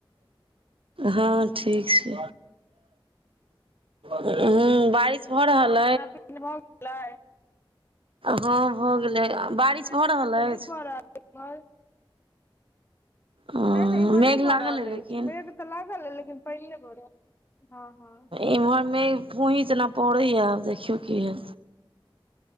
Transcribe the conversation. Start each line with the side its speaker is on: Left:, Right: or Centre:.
Right: हँ ठीक छै हुँ बारिश घरा पो ले
Left: खाना पीना भ गेलै
Right: हँ हो गेलै <unintelligible>
Left: नहि
Right: रहल
Left: एखन त
Right: अछि
Left: न भ रहले
Right: हँ
Left: नहि नहि एम्हर
Right: मेघ
Left: नहि
Right: लागल
Left: भाए रहल
Right: अइ लेकिन
Left: अछि मेघ त लागल अछि लेकिन पानए भरल हँ हँ
Right: एम्हरमे फूहि सन पड़ैय देखियौ की हे